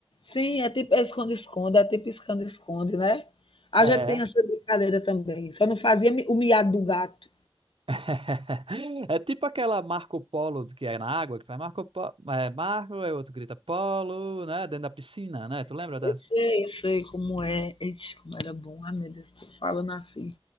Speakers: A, on the left; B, on the right.
A: Sim, é tipo é esconde-esconde, é tipo esconde-esconde, né?
B: É.
A: A gente tem essa brincadeira também, só não fazia mi o miado do gato.
B: <laughs> É tipo aquela Marco Polo que é na água, que faz Marco Polo, é Marco, aí o outro grita Polo, né? Dentro da piscina, né? Tu lembra dessa?
A: Eu sei, eu sei como é. Ixi, como era bom. Ai, meu Deus, tô falando assim.